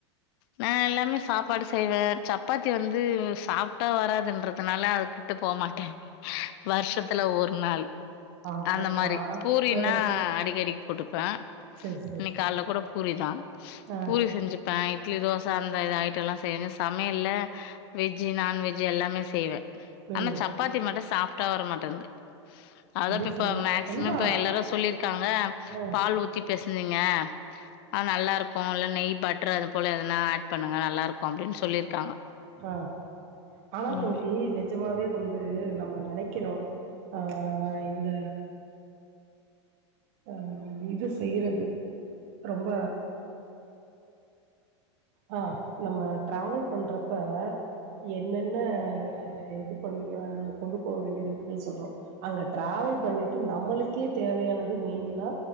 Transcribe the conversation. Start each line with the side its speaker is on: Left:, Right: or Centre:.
Left: நா எல்லாமே சாப் ப்பாடு செய்வே சப்பாத்தி வந்து சாப்ட்டா வராதுன்றதுனால அது கிட்ட போ மாட்டே வர்ஷத்துல ஒரு நாள்
Right: ஆப்பப்பா
Left: அந்த மாரி பூரினா
Right: ஆ
Left: அடிக்கடி போட்டுப்பே
Right: செரி செரி
Left: இன்னைக்
Right: செரி
Left: கால கூட பூரிதா
Right: ஆ
Left: பூரி செஞ்சு இட்லி தோச அந்த இது ஐட்டல்லா செய்வே சமையல்ல வெஜ்ஜு நான்வெஜ்ஜு எல்லாமே செய்வே
Right: ம்
Left: ஆனா சப்பாத்தி மட்டு சாஃப்டா வர மாட்டேன்து அதா
Right: இல்ல
Left: இப்ப இப்ப
Right: சோ
Left: மேக்சிமம்
Right: அதுதா
Left: இப்ப எல்லாரு சொல்லியிருக்காங்க
Right: ஆ
Left: பால் ஊ த்தி பெசனீங்க ஆ நல்லா இருக்கு இல்ல நெய் பட் ரு அது போல எதனா ஆட் பண்ணுங்க நல்லா இருக்கும் அப்டின் சொல்லியிருக்காங்க
Right: அ ஆனா
Left: ம்.
Right: தோழி நெ ஜமாவே வந்து நம்ம நெனைக்கிறோ ஆ இந்த அம் இது செய்யறது ரொம்ப ஆ நம்ம டிராவல் பண்றப்ப என்னென்ன இது பண்ண கொண்டு போக வேண்டிது இருக்குன் சொல்றோ அங்க டிராவல் பண்ணிட்டு நம்மளுக்கே தேவையானது மெயின்னா